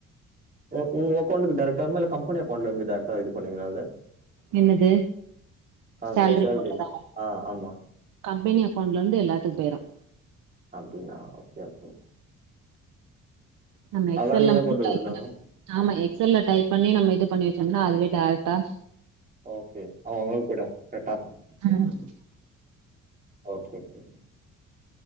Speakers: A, on the right; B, on the right.
A: உ உங்க அக்கௌண்ட்ல டேரக்டா இல்ல கம்பெனி அக்கௌண்ட்ல இருந்து டைரக்டா இது பண்ணுங்களா அத
B: என்னது
A: அந்த
B: சேல்ரி
A: சேலரிலாம்
B: போட்ரதா
A: ஆ ஆமா
B: கம்பெனி அக் ஒன்னுல இருந்து எல்லாத்துக்கும் பேரும்
A: அப்டிங்களா ஓகே ஓகே
B: நம்ம எக்சல்
A: அதெல்லாம்
B: எல்லாம்
A: நீங்க தான் போட்டு
B: டைப்
A: விடணும்
B: பண்ண நாம எக் எக்சல்ல டைப் பண்ணி நம்ம இது பண்ணி வச்சோம்னா அதுவே டேரெக்டா
A: ஓகே அவ அவங்க கூட போய்டா கரெக்டா
B: ம்
A: ஓகே ஓகே